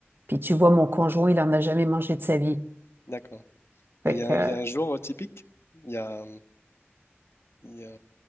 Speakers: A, on the right (about 55°); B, on the left (about 70°).
A: Puis tu vois, mon conjoint, il en a jamais mangé de sa vie.
B: D'accord.
A: Fait
B: Mais il y a,
A: que,
B: un
A: euh,
B: il y a un jour euh, typique. Il y a, il y a-